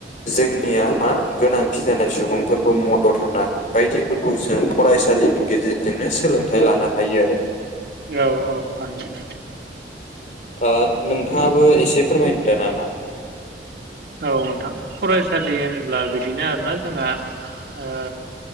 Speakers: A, on the left; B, on the right.
A: जोंनिया मा गोनांथि जानाय सुबुंफोरखौ मदद होनाय बायदिफोरखौ जों फरायसालिनि गेजेरजोंनो सोलोंथाइ लानो हायो आरो
B: औ औ हयो
A: ओ नोंथाङाबो एसे फोरमायनो दा नामा
B: औ नोंथां फरायसालि होनोब्ला बिदिनो आरोना जोंहा ओ